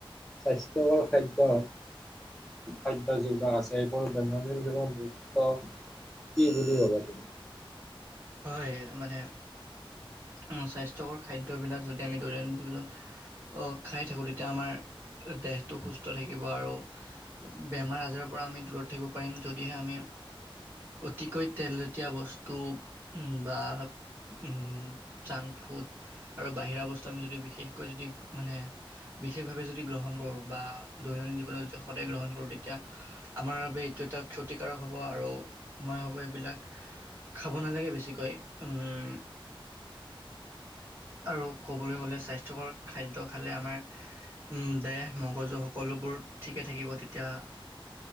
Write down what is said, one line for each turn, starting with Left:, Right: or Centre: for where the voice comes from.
Centre: স্বাস্থ্যয়কৰ খাদ্যয়, খাদ্য যিবিলাক আছে এইবোৰ দৈনন্দিন জীৱন গুৰুত্ব কি বুলি ভবা তুমি?
Right: হয় মানে উ, স্বাস্থ্যকৰ খাদ্যবিলাক যদি আমি দৈনন্দিন জীৱনত আহ খাই থাকো তেতিয়া আমাৰ দেহটো সুস্থ থাকিব। আৰু বেমাৰ আজাৰৰ পৰা আমি দূৰত থাকিব পাৰিম, যদিহে আমি অতিকৈ তেলজাতীয়া বস্তু টোপ বা উম জঙ্ক ফুট আৰু বাহিৰা বস্তু আমি যদি বিশেষকৈ যদি মানে বিশেষভাৱে যদি গ্ৰহণ কৰোঁ, বা দৈনন্দিন জীৱনত যদি সদায় গ্ৰহণ কৰোঁ, তেতিয়া আমাৰ বাবে এইটো এটা ক্ষতিকাৰক হ'ব আৰু মই ভ এইবিলাক খাব নালাগে বেছিকৈ। উম, আৰু ক'বলৈ গ'লে স্বাস্থ্যকৰ খাদ্য খালে আমাৰ দেহ মগজু সকলোবোৰ ঠিকে থাকিব, তেতিয়া